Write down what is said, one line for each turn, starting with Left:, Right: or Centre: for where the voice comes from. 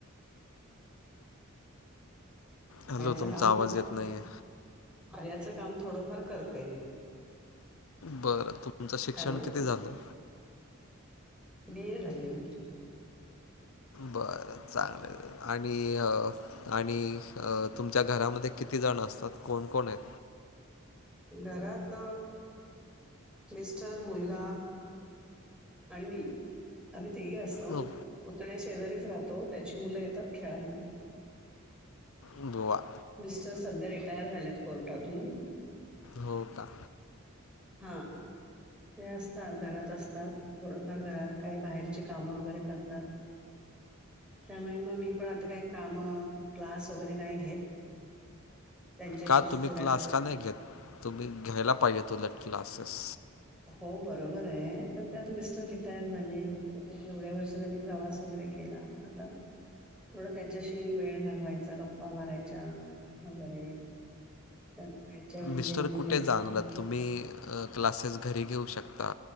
Centre: कार्याचं
Left: हॅलो तुमचा
Centre: काम
Left: आवाज येत नाहीये.
Centre: कार्याचं काम थोडफार करते.
Left: बर तुमचं शिक्षण
Centre: हॅलो.
Left: किती झालं
Centre: बी ए झाले म
Left: बर चांगलय आणि, आणि अ तुमच्या घरामध्ये. किती जण असतात कोण कोण येत.
Centre: घरात मिस्टर मुलगा आणि मी आणि तिघे असतो.
Left: अ,
Centre: पुतणे शेजारीच राहतो. त्याची मुलं येतात खेळायला
Left: बुवा
Centre: मिस्टर सध्या रिटायर झाल्यात कोर्टातून
Left: हो का
Centre: हा. ते असता घरात असतात थोडफार घ काही बाहेरची काम वगैरे करतात. त्यामुळे म मी पण आता काय कामं क्लास वगैरे नाही घेत. त्यांच्याशीच
Left: का तुम्ही
Centre: थोड्या
Left: क्लास
Centre: गप
Left: का नाय घेत तुम्ही घ्यायला पाहिजे उलट क्लासेस
Centre: हो बरोबर ये पण त्यात मिस्टर रिटायर झालेत एवढ्या वर्ष त्यांनी प्रवास वगैरे केला म आता थोडं त्याच्याशी वेळ घालवायचा गप्पा मारायच्या वगैरे त्यांना वेळच्या वेळी
Left: मिस्टर
Centre: जेवन
Left: कुठे
Centre: द्यायचं.
Left: जाणार आहेत? तुम्ही अ क्लासेस घरी घेऊ शकता